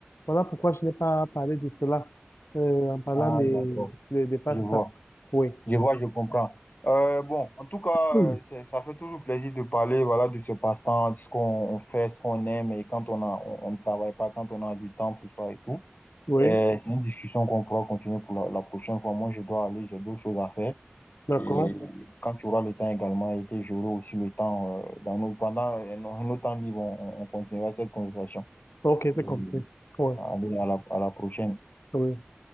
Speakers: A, on the left; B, on the left.
A: Voilà pourquoi je n'ai pas parlé de cela euh, en parlant
B: Ah,
A: des,
B: d'accord.
A: des, des pastas.
B: Je vois.
A: Oui,
B: Je vois, je comprends. Euh, bon, en tout cas,
A: oui.
B: euh, c'est- ça fait toujours plaisir de parler, voilà, de ce passe-temps, de ce qu'on on fait, ce qu'on aime et quand on a, on, on ne travaille pas, quand on a du temps pour soi et tout.
A: Oui,
B: Et c'est une discussion qu'on pourra continuer pour la, la prochaine fois. Moi, je dois aller, j'ai d'autres choses à faire.
A: d'accord.
B: Et quand tu auras le temps également et que j'aurai aussi le temps, euh, dans nos, pendant un, un autre temps libre, on, on continuera cette conversation.
A: Ok,
B: Et
A: c'est compris. Oui,
B: allez, à la, à la prochaine.
A: oui.